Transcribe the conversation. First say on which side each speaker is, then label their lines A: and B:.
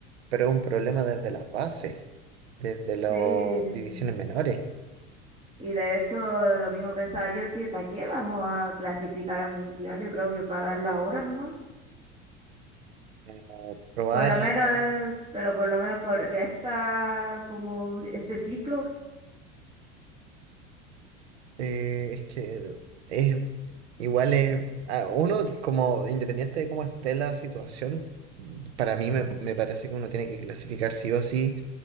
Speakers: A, on the right; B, on the right.
A: pero es un problema desde las bases, desde
B: Sí,
A: las divisiones menores.
B: y de hecho lo mismo pensaba yo que ¿para qué vamos a clasificar al mundial? Yo creo que para dar la hora nomás.
A: No, probar
B: Por lo menos, eh, pero por lo menos por esta, como este ciclo.
A: eh, es que es igual es a uno como independiente de cómo esté la situación, para mí me, me parece que uno tiene que clasificar sí o sí,